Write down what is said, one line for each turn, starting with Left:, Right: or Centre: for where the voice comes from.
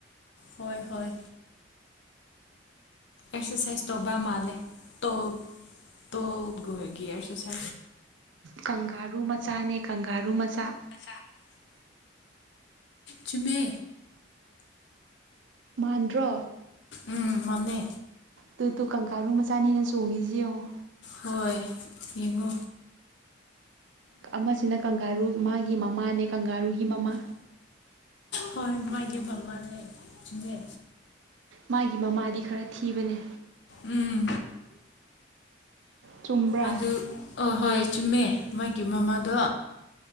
Left: ꯍꯣꯏ ꯍꯣꯏ ꯑꯁꯁ ꯇꯧꯕꯕ ꯃꯜꯩ ꯇꯣ ꯇꯣꯔꯁꯁ
Right: ꯀꯪꯂꯪꯒꯥꯔꯨ ꯃꯆꯥꯅꯦ ꯀꯪꯂꯪꯒꯥꯔꯨ ꯃꯆꯥ
Left: ꯆꯖꯃꯦ
Right: ꯃꯥꯟꯗ꯭ꯔꯣ
Left: ꯎꯝ ꯃꯥꯅꯦ
Right: ꯑꯗꯨ ꯇ ꯀꯪꯀꯥꯔꯨ ꯆꯥꯅꯤꯅ ꯆꯣꯡꯉꯁꯤ ꯌꯦꯡꯉꯨ
Left: ꯍꯣꯏ ꯏꯦꯝꯍꯨ
Right: ꯑꯃꯁꯤꯅ ꯀꯪꯂꯒꯥꯔꯨ ꯃꯥꯒꯤ ꯃꯃꯥꯅꯦ ꯀꯪꯂꯪꯒꯥꯔꯨꯒꯤ ꯃꯃꯥ
Left: ꯍꯣꯏ ꯃꯥꯒꯤ ꯃꯃꯥꯅꯦ ꯆꯅꯦ
Right: ꯃꯥꯒꯤ ꯃꯃꯥꯗꯤ ꯈꯔ ꯊꯤꯕꯅꯦ
Left: ꯎꯝ
Right: ꯆꯨꯝꯕ꯭ꯔꯥ
Left: ꯑꯗꯨ ꯑ ꯍꯣꯏ ꯆꯨꯝꯃꯦ ꯃꯥꯒꯤ ꯃꯃꯥꯗꯣ